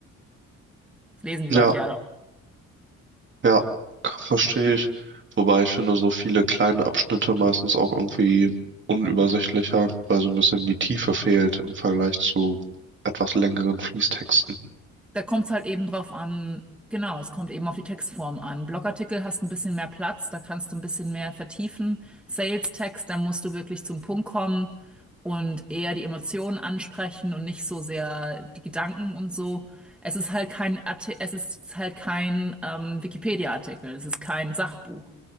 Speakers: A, in the centre; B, on the right.
A: Das lesen die
B: Ja.
A: Leute ja
B: Ja, k- verstehe ich. Wobei ich finde, so viele kleine Abschnitte meistens auch irgendwie unübersichtlicher, weil so ein bisschen die Tiefe fehlt im Vergleich zu etwas längeren Fließtexten.
A: Da kommt es halt eben drauf an, genau, es kommt eben auf die Textform an. Blogartikel hast ein bisschen mehr Platz, da kannst du ein bisschen mehr vertiefen. Sales-Text, da musst du wirklich zum Punkt kommen und eher die Emotionen ansprechen und nicht so sehr die Gedanken und so. Es ist halt kein Arti es ist halt kein ähm, Wikipedia-Artikel, es ist kein Sachbuch.